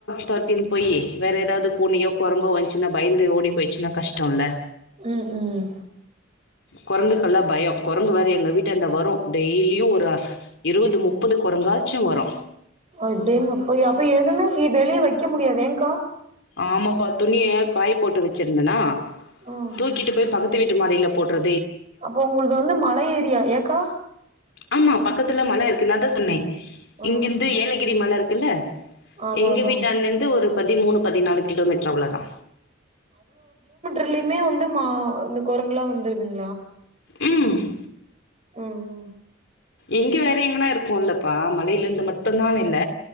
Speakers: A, on the left; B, on the right.
A: தொரத்தின் போய் வேற ஏதாவது பூனியோ கொரங்கோ வந்ச்சின்னா பயந்து ஓடி போய் ஸ்னா கஷ்டொல்ல
B: ம் ம்
A: கொரங்குக்கெல்லா பயோ கொரங்கு வேற எங்க வீட்டான்ட வரு டெய்லியு ஒரு அ இருவ்வது முப்பது கொரங்காச்சு வரு
B: அடேங்கப் <inaudible> அப்ப எதுமே இ வெளிய வைக் க்க முடியாது ஏங்கா
A: ஆமாப்பா துணிய காய் போட்டு வச்சிருந்தனா
B: ம்
A: தூக்கிட்டு
B: ம்
A: போய் பக்கத்து வீட்டு மாடில போட்ரு
B: அப்போ உங்குள்து வந்து மல ஏரியா ஏக்கா
A: ஆமா பக்கத்துல மல இருக்குன்னு தா சொன்னே
B: ம்
A: இங்கிர்ந்து ஏலகிரி மலர்க் இல்ல
B: அதா
A: எங்க
B: அதா
A: வீட்டான்டேந்து ஒரு பதிமூணு பதினாலு கிலோமீட்ர் அவ்ளோதா
B: இத்லிமே வந்து மா ந்த கொரங்குலா வந்ருதுங்க
A: ம்
B: ம்
A: இங்க வேற எங்கனா இருப்போல்லப்பா மலயிலேருந்து மட்டுந்தான்னு இல்ல